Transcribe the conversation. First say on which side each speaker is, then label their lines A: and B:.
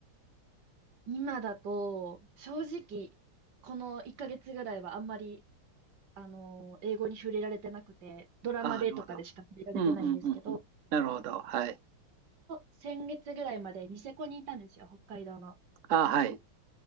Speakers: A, on the right; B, on the right.
A: 今だと、正直、この1ヶ月ぐらいはあんまり、あの英語に触れられてなくて、ドラマでとかでしか触れられてないんですけど、
B: ああ、なるほど。うんうんうんうん。なるほど。はい。
A: 先月ぐらいまでニセコにいたんですよ、北海道の。
B: ああ、はい。